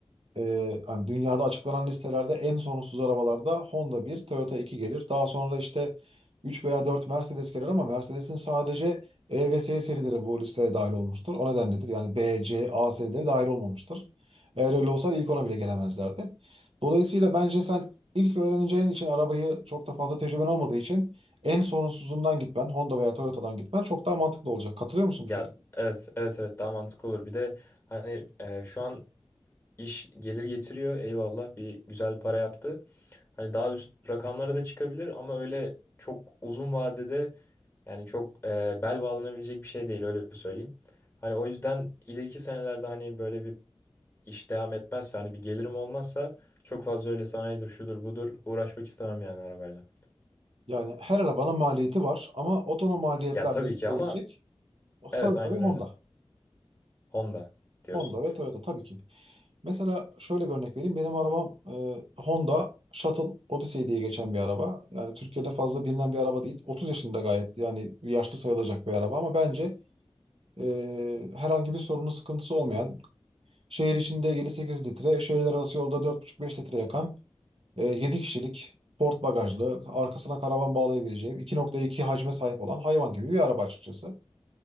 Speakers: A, on the right; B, on the left.
A: ee, hani dünyada açıklanan listelerde en sorunsuz arabalarda Honda bir, Toyota 2 gelir. Daha sonra işte 3 veya 4 Mercedes gelir ama Mercedes'in sadece E ve S serileri bu listeye dahil olmuştur. O nedenledir. Yani B, C, A serileri dahil olmamıştır. Eğer öyle olsaydı ilk ona bile gelemezlerdi. Dolayısıyla bence sen ilk öğreneceğin için arabayı çok da fazla tecrüben olmadığı için en sorunsuzundan gitmen, Honda veya Toyota'dan gitmen çok daha mantıklı olacak. Katılıyor musun
B: Ya
A: bu fikre?
B: evet evet evet daha mantıklı olur. Bir de hani e, şu an iş gelir getiriyor. Eyvallah bir güzel para yaptı. Hani daha üst rakamlara da çıkabilir ama öyle çok uzun vadede yani çok e, bel bağlanabilecek bir şey değil öyle söyleyeyim. Hani o yüzden ileriki senelerde hani böyle bir iş devam etmezse hani bir gelirim olmazsa çok fazla öyle sanayidir şudur budur uğraşmak istemem yani arabayla.
A: Yani her arabanın maliyeti var ama otonom maliyetlerle
B: Ya tabii
A: gidebilecek
B: ki ama
A: Oh,
B: evet
A: Toyota
B: aynen
A: ve Honda.
B: öyle. Honda diyorsun.
A: Honda ve Toyota tabii ki. Mesela şöyle bir örnek vereyim. Benim arabam e, Honda Shuttle Odyssey diye geçen bir araba. Yani Türkiye'de fazla bilinen bir araba değil. 30 yaşında gayet yani yaşlı sayılacak bir araba ama bence e, herhangi bir sorunu sıkıntısı olmayan, şehir içinde 7-8 litre, şehirler arası yolda 4,5-5 litre yakan, e, 7 kişilik, port bagajlı, arkasına karavan bağlayabileceğim, 2,2 hacme sahip olan hayvan gibi bir araba açıkçası.